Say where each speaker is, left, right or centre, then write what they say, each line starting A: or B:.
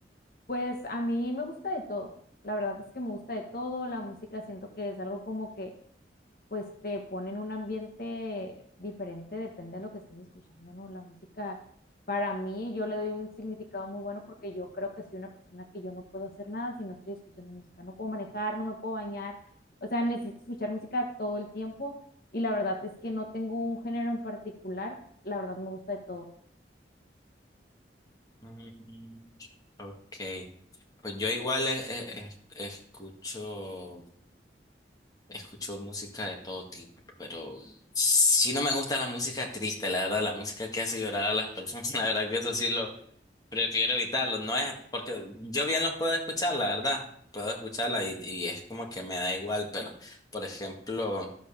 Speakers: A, on the left; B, on the left.
A: Pues a mí me gusta de todo. La verdad es que me gusta de todo, la música siento que es algo como que pues te pone en un ambiente diferente, depende de lo que estés escuchando, ¿no? La música, para mí, yo le doy un significado muy bueno porque yo creo que soy una persona que yo no puedo hacer nada si no estoy escuchando música, no puedo manejar, no me puedo bañar, o sea, necesito escuchar música todo el tiempo y la verdad es que no tengo un género en particular, la verdad me gusta de todo.
B: Mm, ok. Pues yo igual es- es- es- escucho escucho música de todo tipo, pero sí no me gusta la música triste, la verdad, la música que hace llorar a las personas, <laughs> la verdad que eso sí lo Prefiero evitarlo, no es porque yo bien los puedo escuchar, la verdad, puedo escucharla y, y es como que me da igual, pero por ejemplo,